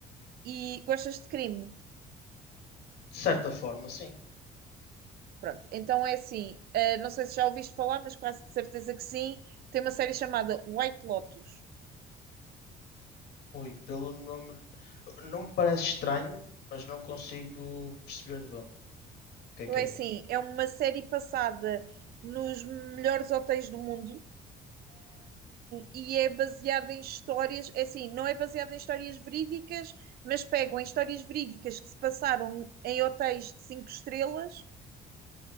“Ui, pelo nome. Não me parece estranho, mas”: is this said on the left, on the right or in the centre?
Left